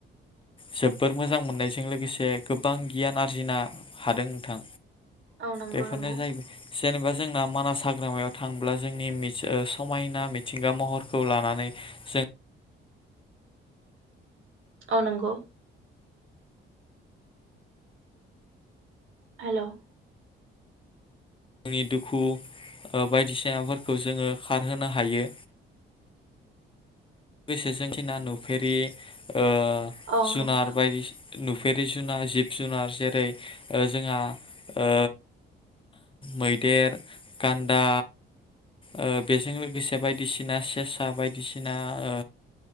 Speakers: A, on the left; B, on the right.
A: जोबोर मोजां मोननायजों लोगोसे गोबां गियान आरजिनो हादों नोंथां
B: औ नंगौ
A: बेफोरनो
B: नंगौ
A: जाहैबाय जेनेबा। जोंना मानास हाग्रामायाव थांब्ला जोंनि समायना मिथिंगा महरखौ लानानै जों।
B: औ नंगौ हेलौ
A: जोंनि दुखु ओ बायदिसिनाफोरखौ जोङो खारहोनो हायो। गोजों थिना नुफेरि ओ
B: औ
A: जुनार
B: नंगौ
A: बायदिसि नुफेरि जुनार जिब जुनार जेरै ओ जोंहा ओ मैदेर, गान्दा ओ बेजों लोगोसे बायदिसिना सेसा बायदिसिना ओ